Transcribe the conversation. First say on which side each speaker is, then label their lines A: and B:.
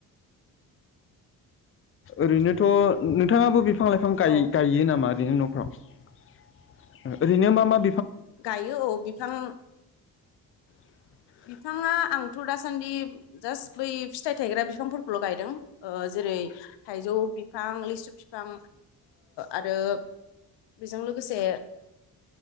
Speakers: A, on the left; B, on the left.
A: ओरैनोथ' नोंथाङाबो बिफां लाइफां गायो
B: औ
A: नामा? ओैनो न'फ्राव ओरैनो मा मा
B: गायो औ बिफां
A: <inaudible>
B: बिफाङा आंथ' दासान्दि जासट बै फिथाइ थायग्रा बिफांफोरखौल' गायदों। जेरै थाइजौ बिफां लिसु फिफां आरो बेजों लोगोसे